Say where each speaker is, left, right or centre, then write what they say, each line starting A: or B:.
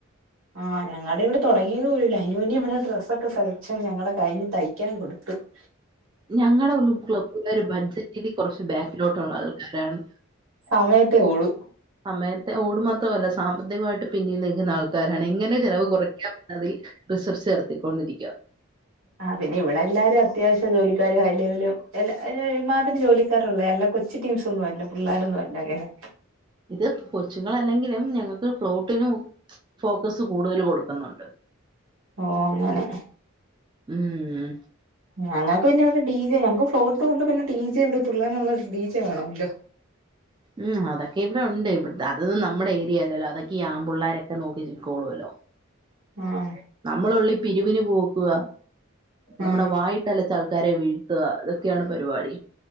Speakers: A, on the right; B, on the right.
A: ആ് ഞങ്ങളടെ ഇവിടെ തുടങ്ങിയത് പോലും ഇല്ല അയിൻ്റ മുന്നെ ഇവിടെ ഡ്രസ്സൊക്കെ സെലക്ഷൻ ഞങ്ങളടെ കഴിഞ്ഞു തയ്ക്കാൻ കൊടുത്ത് <inaudible>
B: ഞങ്ങളടെ ഉള്ള ക്ലബ്ബുകാർ ബഡ്ജറ്റില് കുറച്ച് ബാക്കിലോട്ട് ഉള്ള ആൾക്കാരാണ്
A: സമയത്തെേ ഓളു
B: സമയത്തെ ഓടു മാത്രമല്ല സാമ്പത്തികമായിട്ട് പിന്നീ നിൽക്കുന്ന ആൾക്കാരാണ് എങ്ങനെ ചെലവ് കുറയ്ക്കാം എന്നതിൽ റിസർച്ച് നടത്തിക്കൊണ്ടിരിക
A: ആ പിന്നെ ഇവിടെ എല്ലാരും അത്യാവശ്യം ജോലിക്കാരും ഹൈ ലെവലും അയില് ഒരുമാതിരി ജോലി എല്ല കൊച്ച് ടീംസ് ഒന്നും അല്ല പിള്ളോരൊന്നുമല്ല അങ്ങനെ
B: ഇത് കൊച്ചുങ്ങളല്ലെങ്കിലും ഞങ്ങൾക്ക് പ്ലോട്ടിന് ഫോക്കസ് കൂടുതൽ കൊടുക്കുന്നുണ്ട്
A: ഓ അങ്ങനെ
B: ഉം
A: ഞങ്ങൾക്ക് പിന്നെ ഇവിടെ ഡി ജെ ഞങ്ങക്ക് ഫ്ലോട്ട് ഇണ്ട് പിന്നെ ഡി ജെണ്ട് തുള്ളനുള്ള ഡി ജെ വേണോല്ലോ
B: ഉം അതൊക്കെ ഇവിടെ ഉണ്ട് ഇ അതൊന്നും നമ്മുടെ ഏരിയല്ലോ അതൊക്കെ ഈ ആമ്പൊള്ളാരൊക്കെ നോക്കിക്കോളൂല്ലോ
A: <inaudible> ആഹ
B: നമ്മള ഓൺലി പിരിവിന് പോക്കുക നമ്മുടെ
A: ആഹ്
B: വായിട്ട് അലച്ച് ആൾക്കാരെ വീഴ്ത്തുക ഇതൊക്കെയാണ് പരിപാടി